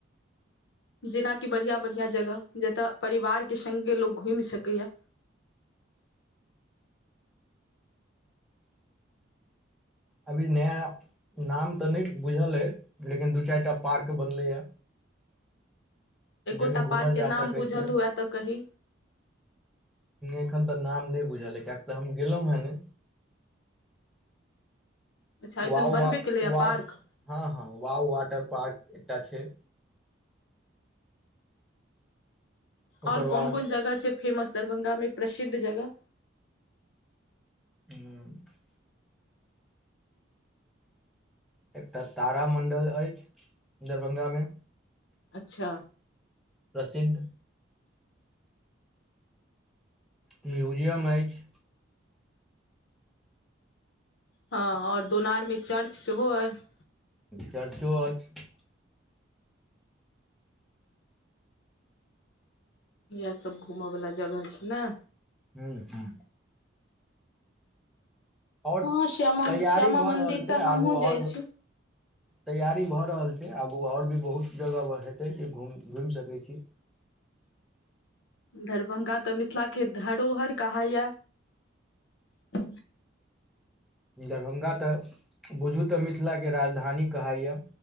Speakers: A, on the left (about 65°); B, in the centre.
A: जेनाकि बढ़िआँ बढ़िआँ जगह जतय परिवारके सङ्गे लोक घुमि सकैए <inaudible>
B: अभी नया नाम तऽ नहि बुझल अइ लेकिन दू चारि टा पार्क बनलैए
A: एकोटा
B: जाहिमे
A: पार्क
B: घुमल
A: के नाम
B: जा सकै
A: बुझल
B: छै
A: हुए तऽ कही
B: एखन तऽ नाम नहि बुझल ह कियक तऽ हम गेलहुं हे ने
A: अच्छा एखन
B: व
A: बनबे
B: व
A: केलैया
B: वाव
A: पार्क
B: हँ हँ वाव वाटर पार्क एकटा छै
A: ओर
B: ओकर
A: कोन
B: बाद
A: कोन जगह छै फेमस दरभ्ंगामे प्रसिद्ध जगह
B: ह एकटा तारामण्डल अछि दरभंगामे
A: अच्छा
B: प्रसिद्ध म्यूजियम मैज
A: हँ ओर दोनर चर्चो सेहो अछि
B: चर्चो अछि
A: इएहसभ घूमयवला जगह छै ने
B: हू हँ ओर
A: हँ श्यामा
B: तैयारी
A: श्यामा
B: भऽ
A: मंदिर
B: रहल छै
A: तऽ हमहुँ
B: आगू
A: जाइ
B: ओर
A: छी
B: तैयारी भऽ रहल छै आगू ओर भी बहुत जगह हेतै जे घुम घुमि सकै छी
A: दरभंगा तऽ मिथिलाके धरोहर कहइए <inaudible>
B: दरभंगा तऽ बुझू तऽ मिथिलाके राजधानी कह यए